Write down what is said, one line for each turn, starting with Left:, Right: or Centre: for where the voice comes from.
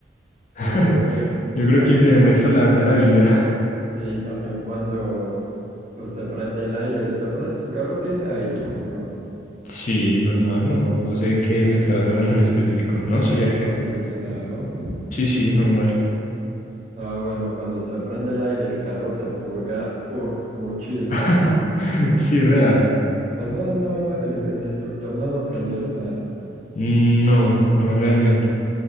Left: <laughs>
Right: Sí, uh,
Left: Yo creo
Right: también,
Left: que ahí se demuestra
Right: ¿no?
Left: la verdadera habilidad.
Right: Sí, también cuando usted prende el aire, usted pre- su carro tiene aire o no,
Left: Sí, normal, no, no sé de qué me estarás hablando en específico. No, sí,
Right: aire
Left: aire.
Right: acondicionado.
Left: Sí, sí, normal.
Right: Ah, bueno, cuando usted prende el aire, el carro se purga, uff, muchísimo.
Left: <laughs> Sí, real.
Right: Bueno, no, no, el, el instructor no lo aprendió ni nada.
Left: Mm, No, no realmente.